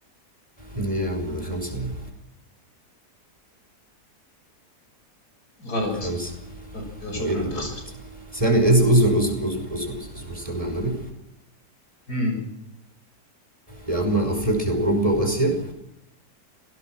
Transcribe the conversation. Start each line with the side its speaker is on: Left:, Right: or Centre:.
Right: ايه يا عم ده خمسة يعني.
Left: غلط
Right: خمسة
Left: غلط كده شكرا
Right: هو ايه اللي
Left: انت خسرت
Right: غلط ثانية از اصبر اصبر اصبر اصبر اصبر صلي على النبي
Left: امم
Right: يا عم افريقيا واوروبا واسيا